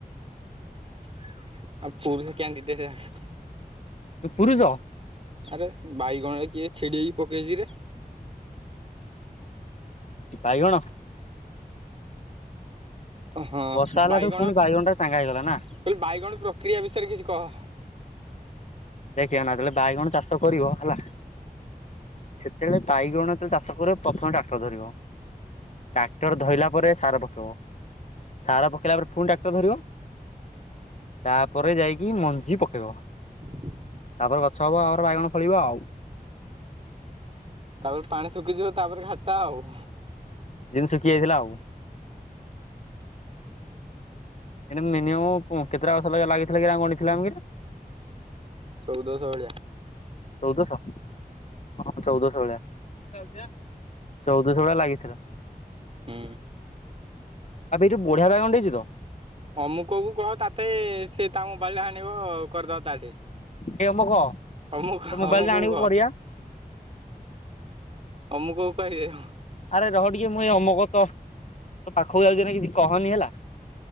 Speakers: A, on the right (about 40°); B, on the left (about 50°).
A: <unintelligible>
B: ତୁ ପୁୁରୁଷ?
A: ଆରେ ବାଇଗଣ ରେ କିଏ ଛିଡିକି ପକେଇଛି ରେ
B: <inaudible> ବାଇଗଣ
A: ହଁ
B: ବର୍ଷା ହେଲାଠୁ
A: ବାଇଗଣ
B: ପୁଣି
A: ମୁଁ କହିଲି
B: ଟା ଚାଙ୍ଗା ହେଇଗଲା ନା
A: ବାଇଗଣ ପ୍ରକ୍ରିୟା ବିଷୟରେ କିଛି କହ।
B: ଦେଖି ଅନା ଯେତେବଳେ ବାଇଗଣ ଚାଷ କରିବ ହେଲା। ସେତେବେଳେ ବାଇଗଣ ଯେତେବେଳେ ଚାଷ କରିବ ପ୍ରଥମେ ଟ୍ରାକ୍ଟର ଧରିବ। ଟ୍ରାକ୍ଟର ଧଇଲା ପରେ ସାର ପକାଇବ। ସାର ପକେଇଲା ପରେ ଫୁଣି ଟ୍ରାକ୍ଟର ଧରିବ। ତାପରେ ଯାଇକି ମଞ୍ଜି ପକେଇବ।
A: <unintelligible>
B: ତାପରେ ଗଛ ହବ ଆମର ବାଇଗଣ ଫଳିବ ଆଉ
A: ତାପରେ ପାଣି ଶୁଖିଯିବ ତାପରେ ଘାଟା ଆଉ।
B: ଯେମିତି ଶୁଖିଯାଇଥିଲା ଆଉ ଏ ମିନିମ କେତେଟା ବର୍ଷ ଲଗା ଲାଗିଥିଲା କି ଗଣିଥିଲା ଆମ କିରେ
A: ଚଉଦଶହ ଭଳିଆ।
B: ଚଉଦଶ ହଁ ଚଉଦଶ ଭଳିଆ ଯାଉଚି ଏ ଚଉଦଶହ ଭଳିଆ ଲାଗିଥିଲା।
A: ହୁଁ।
B: ଆବେ ଏଠୀ ବଢିଆ ବାଇଗଣ୍ ଦେଇଛି ତ।
A: ଅମୁକ କ କହ ତାତେ ସେ ତା ମୋବାଇଲରେ ଆଣିବ କରିଦବା ତାଠି
B: ଏ ଅମକ
A: ଅମୁକ
B: ତୋ ମୋବାଇଲ
A: ଅମୁକକୁ
B: ଟା ଆଣିବୁ
A: କହ।
B: କରିବା
A: ଅମୁକକୁ କହିବି ମୁଁ।
B: ଆରେ ରହ ଟିକେ ମୁଁ ଏଇ ଅମୁକ ତୋ ପାଖକୁ ଯାଉଛି ନା କିଛି କହନି ହେଲା।